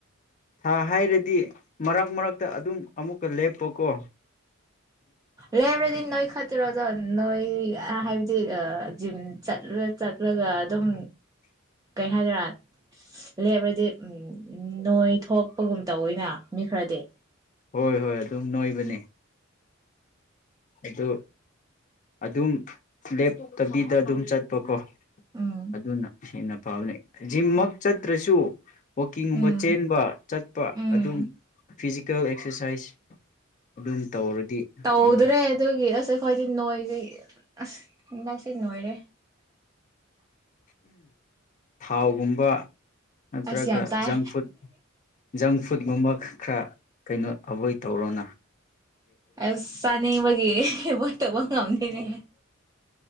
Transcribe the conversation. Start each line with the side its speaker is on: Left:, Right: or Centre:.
Left: ꯊꯥ ꯍꯥꯏꯔꯗꯤ ꯃꯔꯛ ꯃꯔꯛꯇ ꯑꯗꯨꯝ ꯑꯃꯨꯛꯀ ꯂꯦꯞꯄꯀꯣ
Right: ꯂꯩ ꯌꯥꯝ ꯅꯣꯏ ꯈꯇꯔꯗ ꯅꯣꯏ ꯍꯥꯏꯕꯗꯤ ꯖꯤꯝ ꯆꯠꯂ ꯆꯠꯂꯒ ꯑꯗꯨꯝ ꯀꯩ ꯍꯥꯏꯗꯣꯏꯔꯥ ꯂꯩꯕꯔꯗꯤ ꯎꯝ ꯎ ꯅꯣꯏ ꯊꯣꯛꯄꯒꯨꯝ ꯇꯧꯋꯏꯅ ꯃꯤ ꯈꯔꯗꯤ
Left: ꯍꯣꯏ ꯍꯣꯏ ꯑꯗꯨꯝ ꯅꯣꯏꯕꯅꯦ ꯑꯗꯣ ꯑꯗꯨꯝ ꯂꯦꯞꯇꯕꯤꯗ ꯑꯗꯨꯝ ꯆꯠꯄꯀꯣ
Right: ꯎꯝ
Left: ꯑꯗꯨꯅ ꯍꯟꯅ ꯄꯥꯥꯎꯅꯦ ꯖꯤꯝꯃꯛ ꯆꯠꯇ꯭ꯔꯁꯨ ꯋꯥꯛꯀꯤꯡꯒꯨꯝꯕ
Right: ꯎꯝ
Left: ꯆꯦꯟꯕ ꯆꯠꯄ
Right: ꯎꯝ
Left: ꯑꯗꯨꯝ ꯐꯤꯖꯤꯀꯦꯜ ꯑꯦꯛꯁꯔꯁꯥꯏꯁ ꯑꯗꯨꯝ ꯇꯧꯔꯗꯤ
Right: ꯇꯧꯗ꯭ꯔꯦ
Left: ꯑꯗꯨꯝ
Right: ꯑꯗꯨꯒꯤ ꯑꯁ ꯑꯩꯈꯣꯏꯗꯤ ꯅꯣꯏꯁꯦ ꯑꯁ ꯍ ꯂꯥꯛꯁꯤ ꯅꯣꯏꯔꯦ
Left: ꯊꯥꯎꯒꯨꯝꯕ ꯅꯠꯇ꯭ꯔꯒ
Right: ꯑꯁ ꯌꯥꯝ ꯆꯥꯏ
Left: ꯖꯪ ꯐꯨꯗ ꯖꯪ ꯐꯨꯗꯀꯨꯝꯕ ꯈꯔ ꯀꯩꯅꯣ ꯑꯕꯣꯏ ꯇꯧꯔꯅ
Right: ꯑꯁ ꯆꯥꯅꯤꯡꯕꯒꯤꯅꯦ ꯄꯣꯠꯇꯧꯕ ꯉꯝꯅꯤꯅꯦ